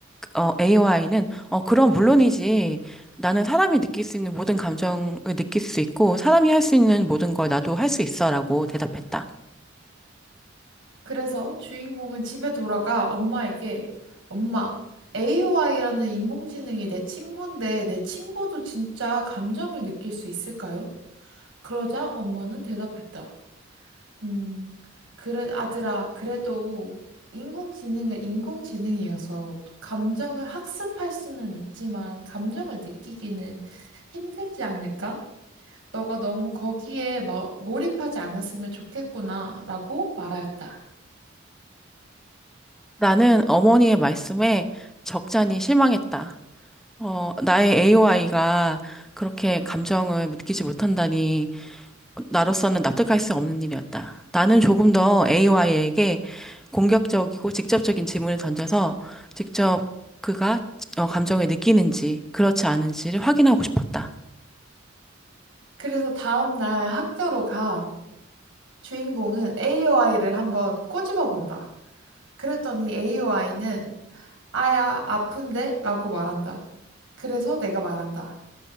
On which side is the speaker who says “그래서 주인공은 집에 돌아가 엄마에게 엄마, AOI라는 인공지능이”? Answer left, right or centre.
Right